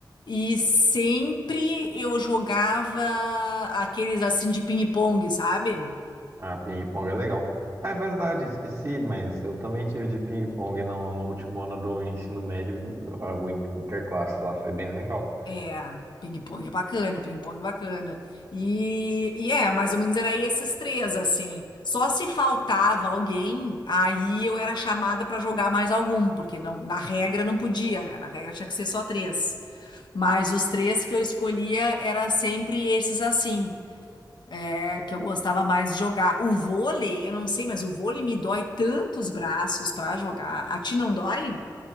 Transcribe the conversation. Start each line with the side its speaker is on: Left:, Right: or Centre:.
Left: E sempre eu jogava aqueles assim de ping-pong, sabe?
Right: Ah, ping-pong é legal. Ah, é verdade, esqueci, mas eu também tive de ping-pong no, no último ano do ensino médio, o interclasse lá, foi bem legal.
Left: É, ping-pong é bacana, ping-pong é bacana. E, e é, mais ou menos era esses três, assim. Só se faltava alguém, aí eu era chamada pra jogar mais algum, porque não, na regra não podia, né? Na regra tinha que ser só três. Mas os três que eu escolhia era sempre esses assim. É que eu gostava mais de jogar. O vôlei, eu não sei, mas o vôlei me dói tantos braços pra jogar. A ti não dói?